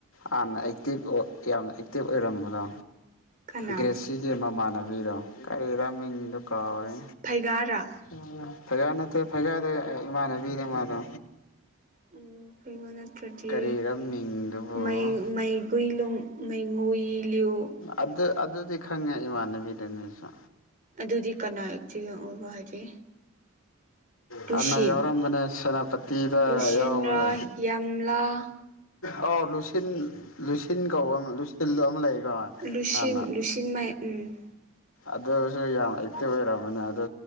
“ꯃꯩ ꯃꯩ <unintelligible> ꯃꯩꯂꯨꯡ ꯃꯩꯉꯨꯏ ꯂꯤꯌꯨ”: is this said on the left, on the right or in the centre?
Right